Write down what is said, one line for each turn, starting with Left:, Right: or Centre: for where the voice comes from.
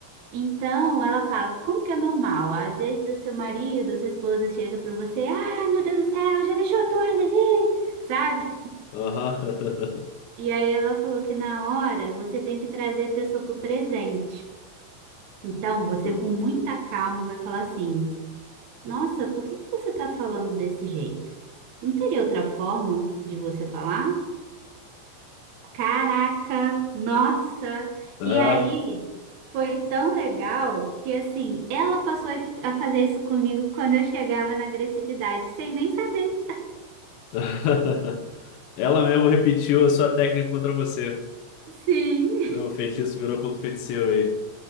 Right: Então, ela fala, como que é normal? Às vezes o seu marido, a sua esposa chega pra você, ah, meu Deus do céu, já deixou a toalha ali? sabe?
Left: aham. <laughs>
Right: E aí ela falou que na hora você tem que trazer a pessoa pro presente. Então, você
Left: Hum.
Right: com muita calma vai falar assim: "Nossa, por que que você tá falando desse jeito? Não teria outra forma de você falar?" Caraca, nossa!
Left: Ah.
Right: E aí foi tão legal que assim, ela passou a a fazer isso comigo quando eu chegava na agressividade, sem nem saber.
Left: <laughs> Ela mesmo repetiu a sua técnica contra você.
Right: Sim.
Left: Não,
Right: <laughs>
Left: o feitiço virou contra o feiticeiro aí.